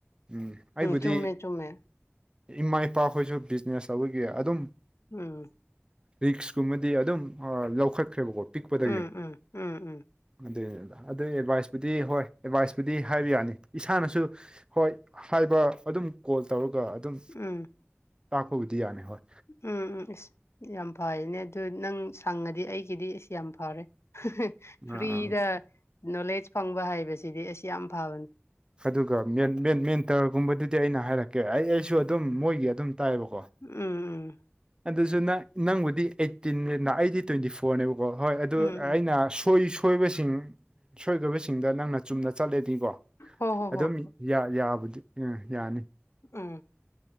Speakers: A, on the right; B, on the left.
A: ꯎꯝ ꯑꯩꯕꯨꯗꯤ
B: ꯆꯨꯝꯃꯦ ꯆꯨꯝꯃꯦ
A: ꯏꯃꯥ ꯏꯄꯥ ꯈꯣꯏꯁꯨ ꯕꯤꯖꯤꯅꯦꯁ ꯇꯧꯕꯒꯤ ꯑꯗꯨꯝ
B: ꯎꯝ
A: ꯔꯤꯛꯁꯀꯨꯝꯕꯗꯤ ꯑꯗꯨꯝ ꯑ ꯂꯧꯈꯠꯈ꯭ꯔꯦꯕꯀꯣ ꯄꯤꯛꯄꯗꯒꯤ
B: ꯎꯝ ꯎꯝ ꯎꯝ ꯎꯝ
A: ꯑꯗꯨꯏꯅꯦꯗ ꯑꯗꯨꯏ ꯑꯦꯗꯚꯥꯏꯁꯄꯨꯗꯤ ꯍꯣꯏ ꯑꯦꯗꯚꯥꯏꯁꯄꯨꯗꯤ ꯍꯥꯏꯕ ꯌꯥꯅꯤ ꯏꯁꯥꯅꯁꯨ ꯍꯣꯏ ꯍꯥꯏꯕ ꯑꯗꯨꯝ ꯀꯣꯜ ꯇꯧꯔꯒ ꯑꯗꯨꯝ
B: ꯎꯝ
A: ꯇꯥꯛꯄꯕꯨꯗꯤ ꯌꯥꯅꯤ ꯍꯣꯏ
B: ꯎꯝ ꯎꯝ ꯏꯁ ꯌꯥꯝ ꯐꯌꯦꯅꯦ ꯑꯗꯨ ꯅꯪ ꯁꯪꯉꯗꯤ ꯑꯩꯒꯤꯗꯤ ꯏꯁ ꯌꯥꯝ ꯐꯔꯦ ꯐ꯭ꯔꯤꯗ
A: ꯑꯥ ꯑꯥ
B: ꯅꯣꯂꯦꯖ ꯐꯪꯕ ꯍꯥꯏꯕꯁꯤꯗꯤ ꯑꯁ ꯌꯥꯝ ꯐꯕꯅꯤ
A: ꯑꯗꯨꯒ ꯃꯦꯟ ꯃꯦꯟ ꯃꯦꯟꯇꯔꯒꯨꯝꯕꯗꯨꯗꯤ ꯑꯩꯅ ꯍꯥꯏꯔꯛꯀꯦ ꯑꯩ ꯑꯩꯁꯨ ꯑꯗꯨꯝ ꯃꯣꯏꯒꯤ ꯑꯗꯨꯝ ꯇꯥꯏꯕꯀꯣ
B: ꯎꯝ ꯎꯝ
A: ꯑꯗꯨꯁꯨꯅ ꯅꯪꯕꯨꯗꯤ ꯑꯩꯠꯇꯤꯅꯤꯅ ꯑꯩꯗꯤ ꯇ꯭ꯋꯦꯟꯇꯤ ꯐꯣꯔ ꯐꯣꯔꯅꯦꯕꯀꯣ ꯍꯣꯏ ꯑꯗꯨ
B: ꯎꯝ ꯎꯝ
A: ꯑꯩꯅ
B: ꯎꯝ
A: ꯁꯣꯏ ꯁꯣ ꯁꯣꯏꯕꯁꯤꯡ ꯁꯣꯏꯗꯣꯏꯕꯁꯤꯡꯗ ꯅꯪꯅ ꯆꯨꯝꯅ ꯆꯠꯂꯦꯗꯤꯀꯣ
B: ꯍꯣ ꯍꯣ
A: ꯑꯗꯨꯝ
B: ꯍꯣ ꯍꯣꯏ
A: ꯌꯥ ꯌꯥꯕꯨꯗꯤ ꯎꯝ ꯌꯥꯅꯤ
B: ꯎꯝ